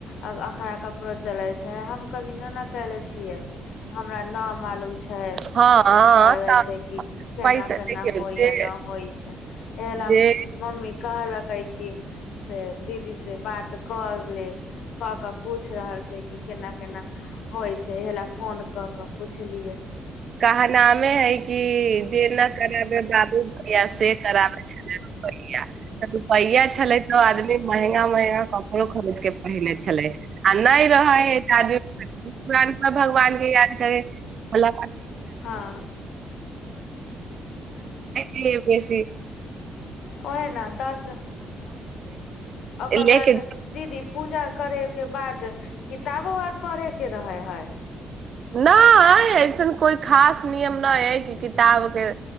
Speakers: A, on the left; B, on the right.
A: आ अखरा क कपड़ो चले छै हम कभी न ने केले छियै हमरा नहि मालूम छै
B: हँ हँ
A: भए जाइ
B: तऽ
A: छै कि केना
B: पैसा
A: केना
B: देखियौ
A: होइ
B: जे
A: या नहि होइ छै ए ल
B: जे
A: मम्मी कहलक कैकी से दीदीसँ बात कऽ ले कऽ कऽ पूछि रहल छै कि केना केना होइ छै इह लए फोन कऽ कऽ पुछलियै
B: कहनामे है कि जे नहि कराबे बाबू भैया से कराबे छल भैा रुपैआा छलै तऽ आदमी महंगा महंगा कपड़ो खरीद के पहिनेै आ नहि रहै हैम पुरान पर भगवान के याद करे मतलब
A: हँ
B: एक बेसी
A: ओहे न दस ओकर
B: ले
A: बाद
B: के
A: दीदी पूजा करे के बाद किताबो आर पढ़े के रहे है
B: नहि ऐसन कोइ खास नियम नहि हइ कि किताबके